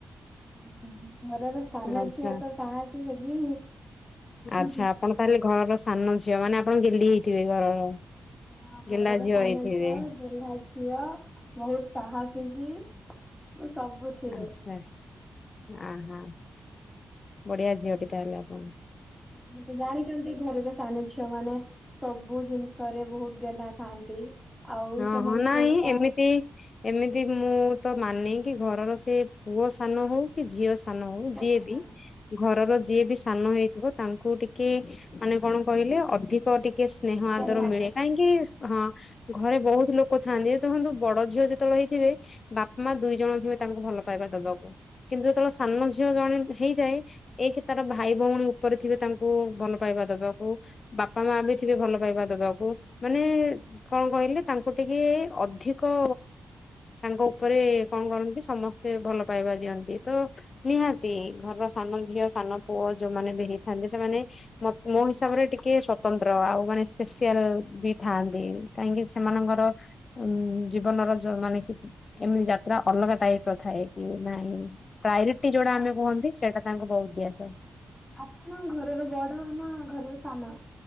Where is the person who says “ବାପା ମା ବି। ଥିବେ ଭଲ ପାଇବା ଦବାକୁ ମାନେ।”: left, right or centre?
Left